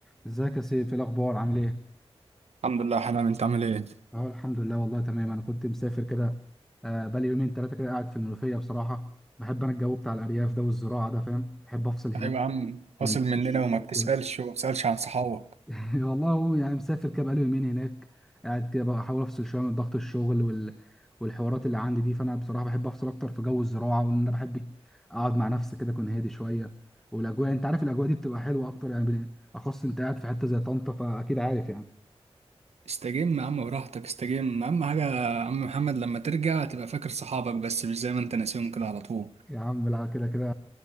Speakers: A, in the centre; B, on the right.
A: ازيك يا سيف ايه الاخبار عامل ايه
B: الحمد لله يا حنان انت عامل ايه؟
A: اه الحمد لله والله تمام انا كنت مسافر كده آه، بقالي يومين ثلاثه كده قاعد في المنوفيه بصراحه بحب انا الجو بتاع الارياف ده والزراعه ده فاهم بحب افصل هناك
B: ايوه يا عم
A: من
B: فاصل
A: ضغط
B: مننا
A: الشغل
B: وما بتسألش
A: وكده
B: وما بتسألش عن صحابك
A: <laughs> والله هو يعني مسافر كده بقالي يومين هناك قاعد كده بقى احاول افصل شويه من ضغط الشغل وال... والحوارات اللي عندي دي فانا بصراحه بحب افصل اكتر في جو الزراعه وان انا بحب اقعد مع نفسي كده اكون هادي شويه والاجواء انت عارف الاجواء دي بتبقى حلوه اكتر يعني بن- اخص انت قاعد في حته زي طنطا فاكيد عارف يعني
B: استجم يا عم براحتك استجم اهم حاجة يا عم محمد لما ترجع تبقى فاكر صحابك بس مش زي ما انت ناسيهم كده على طول
A: يا عم بالعافية كده كده